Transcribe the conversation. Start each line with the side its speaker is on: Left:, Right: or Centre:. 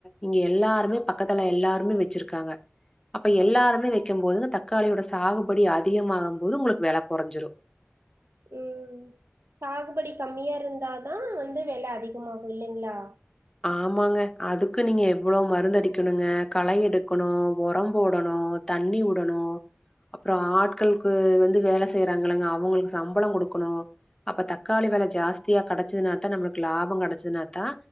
Left: இங்க எல்லாருமே பக்கத்துல எல்லாருமே வச்சிருக் காங்க அப்ப எல்லாருமே வைக்கும்போது தக்காளியோட சாகுபடி அதிகமாககு போது உங்களுக்கு வேல கொறஞ்சுரு
Right: ம் சாகுபடி கம்மியா இருந்தாதா வந்து வெல அதிகமாகு இல்லைங்ளா
Left: ஆமாங்க அதுக்கு நீங்க எவ்ளோ மருந்தடிக்கணுங்க களை எடுக்கணு உரம் போடணு தண்ணி உடணு அப்பற ஆட்களுக்கு வந்து வேல செய்யறாங்களங்க அவுங்களுக்கு சம்பளம் குடுக்கணு அப்ப தக்காளி வெல ஜாஸ்தியா கெடச்சதுனாத்தா நம்மளுக்கு லாபம் கெடச்சதுனாத்தா